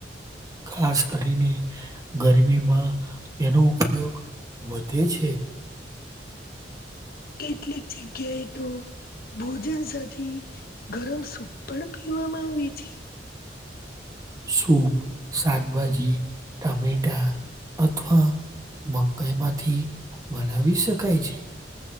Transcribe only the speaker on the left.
કેટલીક જગ્યાએ તો ભોજન સાથી ગરમ સૂપ પણ પીવામાં આવે છે.